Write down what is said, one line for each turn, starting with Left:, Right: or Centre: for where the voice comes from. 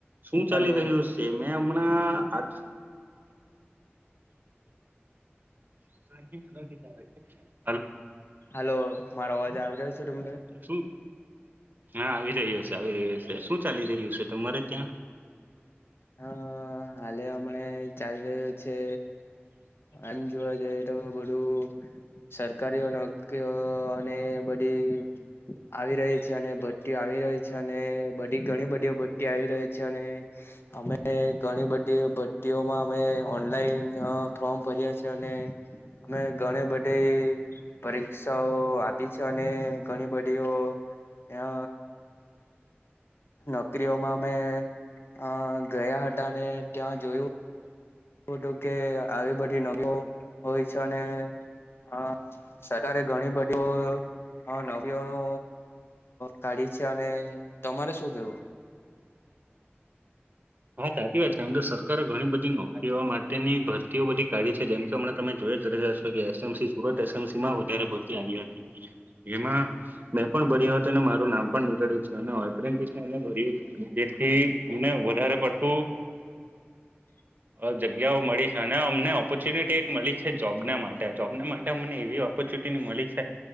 Right: શું ચાલી
Left: હલો
Right: રહ્યું છે, મેં હમણાં આજ. <unintelligible>
Left: હાલો મારો અવાજ આવી રહ્યો છે તમને?
Right: શું હા આવી રહ્યો શે આવી રહ્યો હશે શું ચાલી રહ્યું છે તમારે ત્યાં?
Left: હા હાલે હમણા ચાલી રહ્યું છે. આમ જોવા જઈએ તો બધું સરકારીઓ નોકરીઓ અને બધી એ આવી રહી છે અને ભટ્ટી આવી રહી છે અને બધી ઘણી બધીઓ ભટ્ટી આવી રહી છે અને અમે ઘણી બધી ભટ્ટીઓમાં અમે ઓનલાઈન ફોર્મ ભર્યા છે અને અમે ઘણી બધે પરીક્ષાઓ આપી છે અને ઘણી બધીઓ અ નોકરીઓમાં અમે અ ગયા હતા હતા ને ત્યાં જોયું શું હતું કે આવી બધી નકો હોય છે અને હા સરકારે ઘણી બધી હા નવીઓ નો કાઢી છે અને તમારે શું કેવું
Right: હા સાચી વાત છે આમ તો સરકારે ઘણી બધી નોકરીઓ માટેની ભરતીઓ બધી ગાડી છે જેમ કે હમણા તમે જોઇજ રહ્યા છો <unintelligible> એ. M. C Surat S. M. C માં વધારે ભરતી આવી હતી એમાં મેં પણ ભર્યો હતો મારું નામ પણ નીકળ્યું છે અને <unintelligible> ભર્યું જેથીને વધારે પડતું
Left: <inaudible>
Right: જગ્યાઓ મળી છે અને અમને ઓપોર્ચ્યુનિટી એક મળી છે જોબને માટે જોબને માટે અમને એવી ઓપ ચૂટી મળી છે